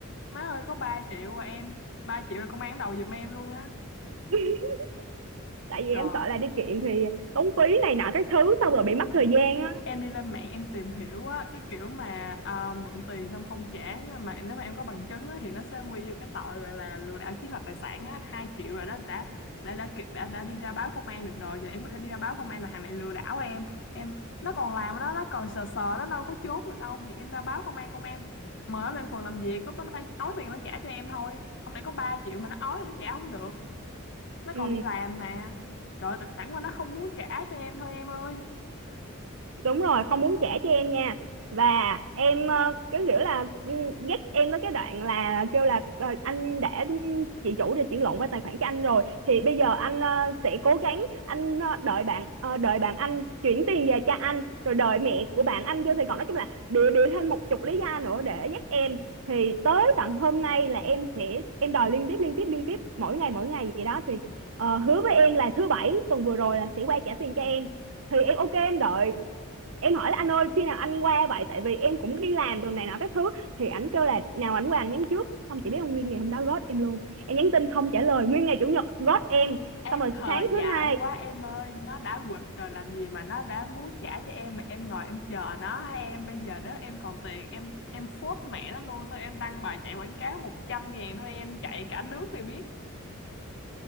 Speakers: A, on the left; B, on the right.
A: má ơi có 3 triệu mà em 3 triệu là công an đầu giùm em luôn á
B: <laughs> tại vì
A: trời
B: em sợ là đi kiện thì tốn phí này nọ các thứ xong rồi bị mất thời gian á
A: em đi lên mạng em tìm hiểu á cái kiểu mà à, mượn tiền xong không trả mà nếu mà em có bằng chứng á, thì nó sẽ quy vô cái tội gọi là lừa đảo chiếm đoạt tài sản á hai triệu rồi đó đã đã đã đã, đã, đã đi ra báo công an được rồi giờ em có thể đi ra báo công an là thằng này lừa đảo em em nó còn làm đó nó còn sờ sờ nó đâu có trốn được đâu thì em ra báo công an công an mời nó lên phường làm việc lúc đó nó phải ói tiền nó trả cho em thôi không để có 3 triệu mà nó ói là nó trả không được nó còn
B: ừ
A: đi làm mà trời ơi, tại- chẳng qua nó không muốn trả cho em thôi em ơi
B: đúng rồi không muốn trả cho em nha và em ờ, cái kiểu là ừ, dắt em tới cái đoạn là kêu là ờ, anh đã chị chủ đã chuyển lộn qua tài khoản cho anh rồi thì bây giờ anh ờ, sẽ cố gắng anh ờ, đợi bạn ờ, đợi bạn anh chuyển tiền về cho anh rồi đợi mẹ của bạn anh vô Sài Gòn nói chung là đưa đưa thêm một chục lý do nữa để dắt em thì tới tận hôm nay là em sẽ em đòi liên tiếp liên tiếp liên tiếp mỗi ngày mỗi ngày vậy đó thì ờ, hứa với em là thứ bảy tuần vừa rồi là sẽ qua trả tiền cho em thì em ok em đợi em hỏi là anh ơi khi nào anh qua vậy tại vì em cũng đi làm đồ này nọ các thứ thì ảnh kêu là nào ảnh qua anh nhắn trước không chỉ biết ông nguyên ngày hôm đó ghost em luôn em nhắn tin không trả lời nguyên ngày chủ nhật ghost em
A: Em
B: xong rồi
A: hờ
B: sáng
A: dại
B: thứ hai
A: quá em ơi, nó đã quỵt rồi làm gì mà nó đã muốn trả cho em mà em ngồi em chờ nó hả em? Bây giờ đó em còn tiền, em em phốt mẹ nó luôn, sao em đăng bài chạy quảng cáo 100 ngàn thôi em chạy cả nước này biết